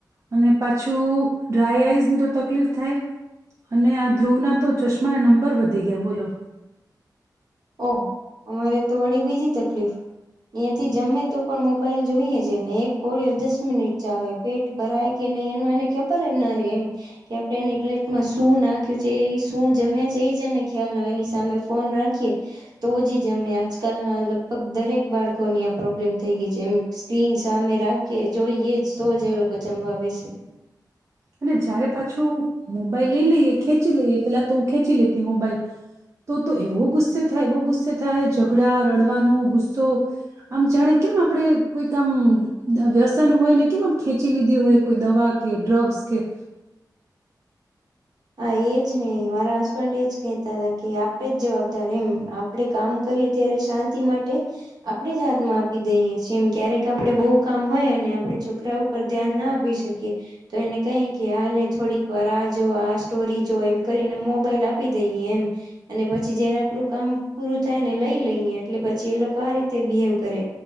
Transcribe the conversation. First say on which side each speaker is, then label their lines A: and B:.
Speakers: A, on the right; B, on the right.
A: અને પાછી શું ડ્રાય આઈઝની તો તકલીફ થાય અને આ ધ્રુવના તો ચશ્માના નંબર વધી ગયા બોલો.
B: ઓ અમારે તો વળી બીજી તકલીફ એયાથી જમે તો પણ મોબાઈલ જોઈએ છેને એક કોડિયો દસ મિનિટ ચાવ પેટ ભરાય કે નહી એનું એને ખબર જ ના રે એમ કે આપડ એની પ્લેટમાં શું નાખ્યું છે એ શું જમે છે એ જને ખ્યાલ ન એની સામે ફોન રાખીએ. તો જ જમે આજકાલના લગભગ દરેક બાળકોની આ પ્રોબ્લેમ થઈ ગઈ છે એમ સ્ક્રીન સામે રાખી જોઈએ જ તો જ એ લોકો જમવા બેસે.
A: અને જયારે પાછું મોબાઈલ લઈ લઈએ ખેંચી લઈએ પેલા તો હું ખેંચી લેતી મોબાઈલ તો તો એવો ગુસ્સે થાય એવો ગુસ્સે થાય ઝઘડા રડવાનું ગુસ્સો આમ જાણે કેમ આપણેે કોઈક આમ વ્યસન હોય ને કેમ આમ ખેંચી લીધી હોય કોઈ દવા કે ડ્રગ્સ કે
B: હા એ જ ને મારા હસબન્ડ એ જ કેહતા હતા કે આપડે જ જવાબદાર એમ આપડે કામ કરીએ ત્યારે શાંતિ માટે આપણે જ હાથ માં આપી દઈએી એમ ક્યારેક આપડે બહુ કામ હોય અને આપડે છોકરા ઉપર ધ્યાન ના આપી શકીએ તો એને કહી કે હાલે થોડીક વાર આ જો. સ્ટોરી જો એમ કરીને મોબાઈલ આપી દઈએ એમ અને પછી જયારે આપડું કામ પૂરું થાય ને લઈ લઈએ એટલે પછી એ લોકો આ રીતે બિહેવ કરે.